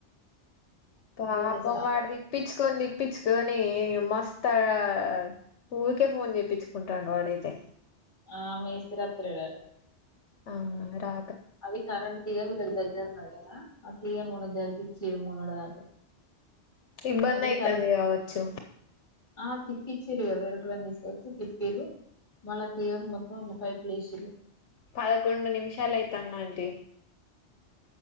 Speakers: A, on the left; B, on the left.
A: పాపం
B: స్లాబ్
A: వాడిది
B: పడలే
A: ఇపిచుకొని ఇపిచుకొని మస్త ఆ ఊరికే ఫోన్ చెప్పించుకుంటాండు వాడైతే
B: ఆ మేసిర్ అత్రకాదు
A: అవును రా
B: అది కరెంట్ తీపిలకు దగ్గర ఉన్నారు కదా ఆ తీయ మన్న జరిపించి మూన్నడు దాకా
A: ఇబ్బంది
B: అది
A: అయితుంది
B: కరెంట్
A: కావచ్చు
B: ఆ తిప్పచ్చారు కద వేరని తీసుకొచ్చి తిప్పరు మళ్ళా తీయరు మొత్తం ఇంకా పైపులు వేసిర
A: పదకొండు నిమిషాలు అయి తంగా ఆంటీ